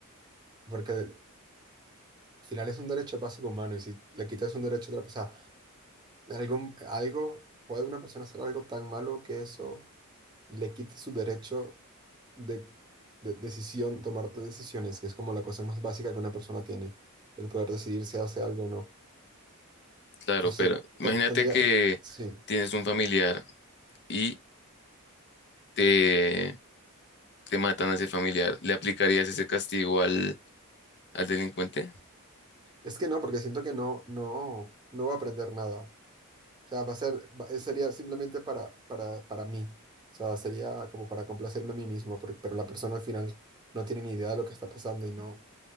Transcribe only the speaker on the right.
porque al final es un derecho básico humano y si le quitas un derecho a otra persona, Algo, algo, puede una persona hacer algo tan malo que eso le quite su derecho de, de decisión, tomar decisiones, que es como la cosa más básica que una persona tiene, el poder decidir si hace algo o no.
Pues
eh,
ten- tendría,
sí.
Es que no, porque siento que no, no, no va a aprender nada. O sea, va a ser, va- eh, sería simplemente para, para, para mí. O sea, sería como para complacerme a mí mismo, porque- pero la persona al final no tiene ni idea de lo que está pasando y no.